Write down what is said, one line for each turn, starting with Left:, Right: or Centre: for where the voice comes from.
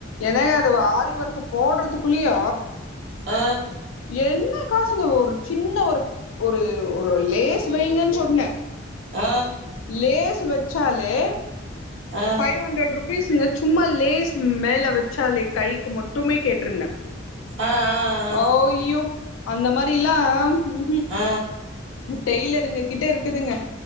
Left: ஏனா அது ஆரி ஒர்க்கு போட்றதுக்குள்ளயு
Right: அ
Left: என்ன காசுங்க ஒரு சின்ன ஒரு ஒரு ஒரு லேஸ் வைங்கன் சொன்னே
Right: அ
Left: லேஸ் வெச்சாலே
Right: ஆ
Left: ஃபைவ் ஹண்ட்ரட் ரூப் பீஸுங்க சும்மா லேஸ் மேல வெச்சாலே கைக்கு மட்டுமே கேட்ருந்தே
Right: ஆ ஆ
Left: அய்யோ அந்த மாரில்லாம் ம்ம்
Right: ஆ
Left: டெய்லருங்க கிட்ட இருக்குதுங்க